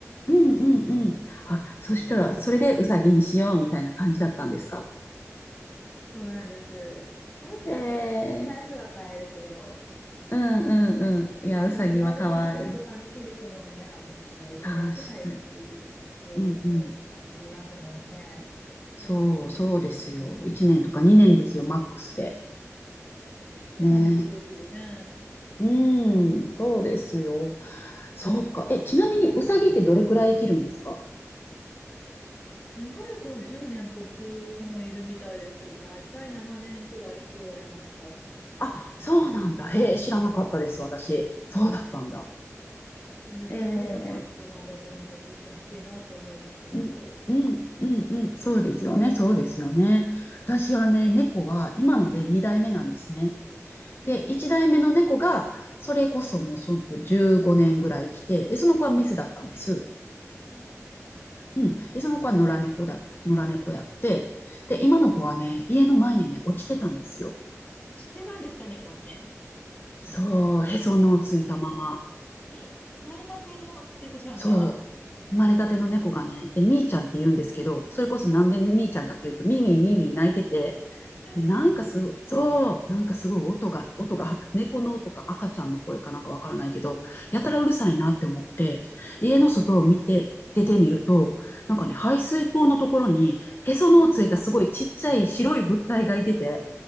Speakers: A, on the left; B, on the left.
A: うんうんうん。あ、そしたら、それでウサギにしようみたいな感じだったんですか。
B: そうなんです。ハムスターとかもね、
A: ええ。
B: 飼えるは飼えるけど、
A: うんうんうん。いや、
B: ちょっと寿命が短いと寂しいですものね、
A: ウサギは可愛い。
B: ハムスターは。1年くらい
A: 確かに。
B: でね、
A: うんうん。
B: 続きますものね。
A: そう、そうですよ。1年とか2年ですよ、マックスで。
B: ちょっと寂しいですよね。
A: ね。うん、そうですよ。そうか。え、ちなみにウサギってどれくらい生きるんですか
B: 長い子は10年越す子もいるみたいですけど、だいたい7年くらいって言われました。
A: あ、そうなんだ。へえ、知らなかったです、私。そうだったんだ。
B: なんで、それくらいはちょっと頑張って長生きしてほしいなって思ってます。
A: ええ、うん、うん、うん、うん、そうですよね、そうですよね。私はね、猫は今ので2代目なんですね。
B: うん
A: で、1代目の猫が、それこそもうその15年ぐらい生きて、で、その子はメスだったんです。
B: うん
A: うん。で、その子は野良猫だ、野良猫やって、で、今の子はね、家の前にね、落ちてたんですよ。
B: 落ちてるんですかね、猫って。
A: そう、へその緒をついたまま。
B: え生まれたての猫ちゃんが
A: そう。生まれたての猫がね、で、みーちゃんって言うんですけど、それこそなんでみーちゃんかっていうと、みーみーみーみー泣いてて、
B: え、
A: で、なんかすご、そう、なんかすごい音が、音が、猫の音か赤ちゃんの声かなんかわからないけど、やたらうるさいなって思って、
B: うん、うん、
A: 家の外を見て、出てみると、なんかね、
B: うん、
A: 排水溝のところに、へその緒ついたすごいちっちゃい白い物体がいてて、
B: え、